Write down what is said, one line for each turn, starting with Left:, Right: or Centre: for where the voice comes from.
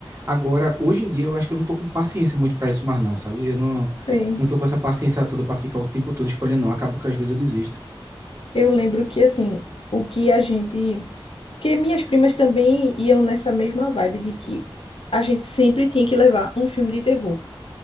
Right: Agora, hoje em dia, eu acho que eu não tô com paciência muito para isso mais não, sabe? Eu não
Left: Sim.
Right: não tô com essa paciência toda para ficar o tempo todo escolhendo, não. Acabo que às vezes eu desisto.
Left: Eu lembro que, assim, o que a gente Porque minhas primas também iam nessa mesma vibe de que a gente sempre tinha que levar um filme de terror.